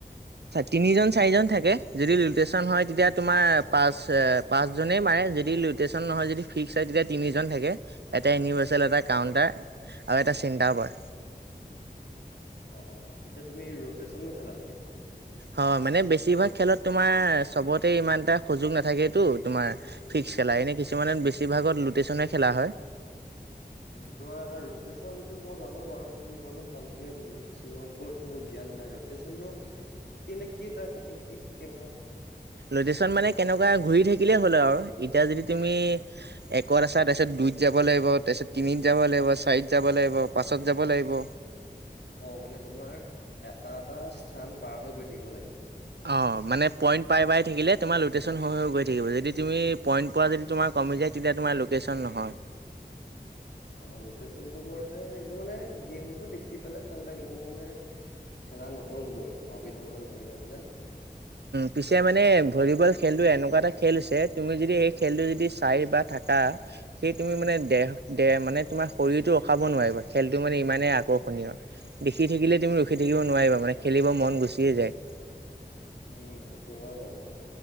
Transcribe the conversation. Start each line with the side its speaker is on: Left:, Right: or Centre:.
Right: তিনিজন চাৰিজন থাকে যদি লুটেশ্যন হয় তেতিয়া তোমাৰ পাচ পাঁচজনেই মাৰে যদি লটেশ্যন নহয় যদি ফিক্স হয় তেতিয়া তিনিজন থাকে। এটা ইউনিভাৰ্চেল এটা কাউণ্টাৰ আৰু এটা চিন্তাবাৰ
Left: অ', অ', পিছে তুমি ৰটচনো খেলা নেকি
Right: হয় মানে বেছিভাগ খেলত তোমাৰ চবতে ইমান এটা সুযোগ নাথাকেতো তোমাৰ ফিক্স খেলা এনে কিছুমানে বেছি ভাগত লুটে চনে খেলা হয়।
Left: উ তোমাৰ ৰোটেশচন <unintelligible> মই জানো বাৰু কিন্তু ইমানো ভালকে ৰটেশচনৰ ওপৰত মোৰ জ্ঞান নাই ৰটেশচনো ক নে কটা থাকে কি থাকে। বা
Right: লটেশ্যন মানে কেনেকুৱা ঘূৰি থাকিলে হ'লো আৰু এতিয়া যদি তুমি একত আছা তাৰপিছত দুইত যাব লাগিব তাৰপিছত তিনিত যাব লাগিব চাৰিত যাব লাগিব পাঁচত যাব লাগিব।
Left: অ', মানে তোমাৰ এটা এটা স্থান পাৰ হৈ গৈ থাকিব লাগে মানে
Right: অ', মানে পইণ্ট পাই পাই থাকিলে তোমাৰ লটেশ্যন হৈ হৈ গৈ থাকিব যদি তুমি পইণ্ট প যদি তোমাক কমি যায় তেতিয়া তোমাৰ লোকেশ্যন নহয়।
Left: অ', ৰুটনটো এইটো মানে গেমতটো দেখি পেলে ভাল লাগে মোৰ মানে খেলা নহ'লগৈ, ভাবি থাকোতেন ভাবি থাকোতেন
Right: পিছে মানে ভলীবল খেলটো এনেকুৱা এটা খেল হৈছে, তুমি যদি সেই খেলটো যদি চাই বা থাকা সেই তুমি মানে দেহ দে মানে তোমাৰ শৰীৰটো ৰখাব নোৱাৰিবা, খেলটো মানে ইমানেই আকৰ্ষণীয়। দেখি থাকিলে তুমি ৰখি থাকিব নোৱাৰিবা মানে খেলিব মন গুচিয়ে যায়।
Left: উম সেইটো হয় বাৰু।